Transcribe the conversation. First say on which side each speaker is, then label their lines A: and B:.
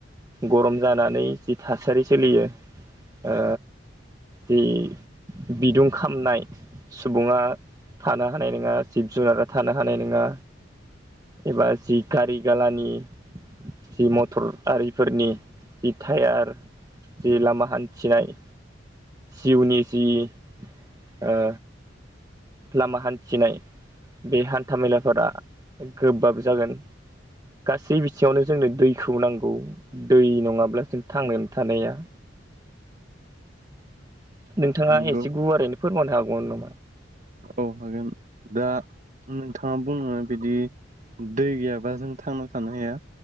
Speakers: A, on the right; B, on the right.
A: गरम जानानै जि थासारि सोलियो ओ जि बिदुं खामनाय सुबुङा थानो हानाय नङा जिब जुनारा थानो हानाय नङा एबा जि कारिगालानि जि मटर आरिफोरनि जि टायार जि लामा हानथिनाय जिउनि जि ओ लामा हानथिनाय बे हानथा-मेलाफोरा गोबाब जागोन गासै बिथिङावनो जोंनो दैखौ नांगौ दै नङाब्ला जों थांनानै थानाया नोंथाङा
B: नंगौ
A: एसे गुवारैनो फोरमायनो हागौमोन नामा?
B: औ हागोन दा नोंथाङा बुंनो बिदि दै गैयाबा जों थांना थानो हाया